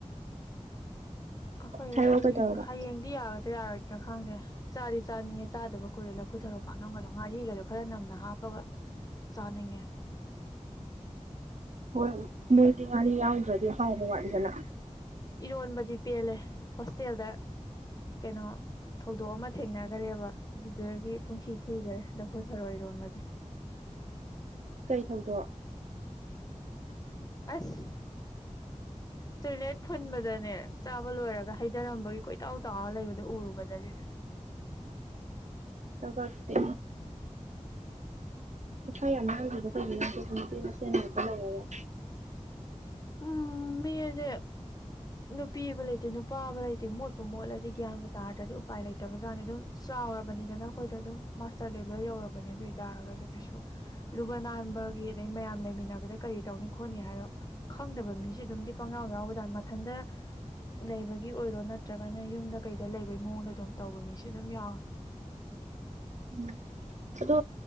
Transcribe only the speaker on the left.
ꯑꯩꯈꯣꯏ
ꯍꯌꯦꯡ
ꯍꯌꯦꯡꯗꯤ ꯌꯥꯒꯗ꯭ꯔꯥ ꯌꯥꯔꯣꯏꯗ꯭ꯔꯥ ꯈꯪꯗꯦ ꯆꯥꯗꯤ ꯆꯥꯅꯤꯡꯉꯦ ꯆꯥꯗꯕ ꯀꯨꯏꯔꯦ ꯂꯐꯨ ꯊꯔꯣ ꯄꯥꯛꯅꯝꯒꯗꯣ ꯉꯥꯔꯤꯒꯗꯣ ꯈꯔ ꯅꯝꯅ ꯍꯥꯞꯄꯒ ꯆꯥꯅꯤꯡꯉꯦ <inaudible>
ꯏꯔꯣꯟꯕꯗꯤ ꯄꯦꯜꯂꯦ ꯍꯣꯁꯇꯦꯜꯗ ꯀꯩꯅꯣ ꯊꯧꯗꯣꯛ ꯑꯃ ꯊꯦꯡꯅꯈꯔꯦꯕ ꯑꯗꯨꯗꯒꯤ ꯄꯨꯨꯡꯁꯤ ꯀꯤꯈ꯭ꯔꯦ ꯂꯧꯈꯣꯠꯊꯔꯣ ꯏꯔꯣꯟꯕ <unintelligible>
ꯑꯁ ꯇꯣꯏꯂꯦꯠ ꯐꯨꯟꯕꯗꯅꯦ ꯆꯥꯕ ꯂꯣꯏꯔꯒ ꯍꯩꯊꯔꯝꯕꯒꯤ ꯀꯣꯏꯇꯥꯎ ꯇꯥꯎꯔ ꯂꯩꯕꯗꯨꯣ ꯎꯔꯨꯕꯗꯗꯒꯤ <unintelligible>
ꯎꯝ ꯃꯖꯦ ꯅꯨꯄꯤꯕ ꯂꯩꯇꯦ ꯅꯨꯄꯥꯕ ꯂꯩꯇꯦ ꯃꯣꯠꯄꯨ ꯃꯣꯠꯂꯗꯤ ꯒ꯭ꯌꯥꯟꯕꯨ ꯇꯥꯔꯗꯤ ꯎꯄꯥꯏ ꯂꯩꯇꯕꯖꯥꯠꯅꯤ ꯑꯗꯨꯝ ꯆꯥꯎꯔꯕꯅꯤꯅ ꯑꯩꯈꯣꯏꯗ ꯑꯗꯨꯝ ꯃꯥꯁꯇꯔ ꯂꯦꯚꯦꯜ ꯌꯧꯔꯕꯅꯦ ꯑꯗꯨ ꯑꯣꯏ ꯇꯔꯒꯁꯨ ꯀꯩꯁꯨ ꯂꯨꯕ ꯅꯥꯟꯕ ꯑꯗꯩ ꯃꯌꯥꯝ ꯂꯩꯃꯤꯟꯅꯕꯗ ꯀꯔꯤ ꯇꯧꯅꯤ ꯈꯣꯠꯅꯤ ꯍꯥꯏꯔꯣ ꯈꯪꯗꯕ ꯃꯤꯁꯨ ꯑꯗꯨꯝꯗꯤ ꯄꯪꯉꯎ ꯌꯥꯎꯒꯗ ꯃꯊꯟꯇ ꯂꯩꯕꯒꯤ ꯑꯣꯏꯔꯣ ꯅꯠꯇ꯭ꯔꯒꯅ ꯌꯨꯝꯗ ꯀꯩꯗ ꯂꯩꯕꯩ ꯃꯑꯣꯡꯗ ꯑꯗꯨꯝ ꯇꯧꯕ ꯃꯤꯁꯦ ꯑꯗꯨꯝ ꯌꯥꯎꯋꯦ <unintelligible>